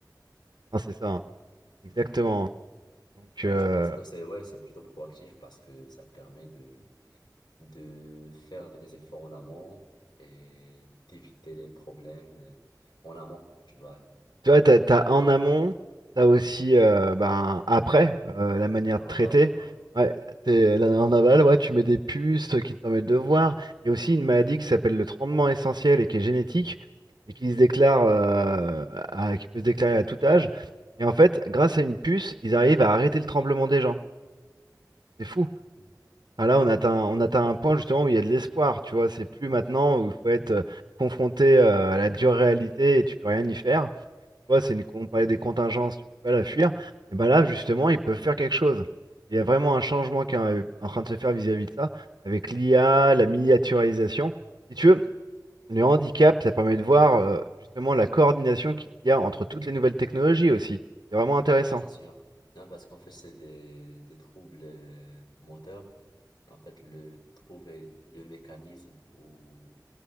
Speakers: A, on the right; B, on the left.
A: non, c'est ça. hein. Exactement.
B: Hmm.
A: Donc, euh,
B: Ouais, je pense que c'est ouais, c'est plutôt proactif parce que ça permet de, de faire des efforts en amont et d'éviter les problèmes euh, en amont, tu vois,
A: tu vois, t'as, t'as en amont, t'as aussi euh, ben, après euh, la manière
B: en
A: de traiter.
B: aval, ouais.
A: Ouais, t'es, là, en aval, ouais, tu mets des puces qui te permettent de voir. Il y a aussi une maladie qui s'appelle le tremblement essentiel et qui est génétique et qui se déclare, euh, à- qui peut se déclarer à tout âge. Et en fait, grâce à une puce, ils arrivent à arrêter le tremblement des gens. C'est fou.
B: Mm.
A: Enfin, là, on atteint, on atteint un point justement où il y a de l'espoir. Tu vois, c'est plus maintenant où il faut être euh, confronté euh, à la dure réalité et tu peux rien y faire. Tu vois, c'est une, on parlait des contingences, tu peux pas la fuir. Et ben là, justement, ils peuvent faire quelque chose. Il y a vraiment un changement qui est en en train de se faire vis-à-vis de ça, avec l'IA, la miniaturisation. Si tu veux, le handicap, ça permet de voir euh, justement la coordination qu'il y a entre toutes les nouvelles technologies aussi. C'est vraiment intéressant,
B: Non, c'est sûr. Non, parce qu'en fait, c'est des, des troubles euh, moteurs. En fait, le, trouver le mécanisme ou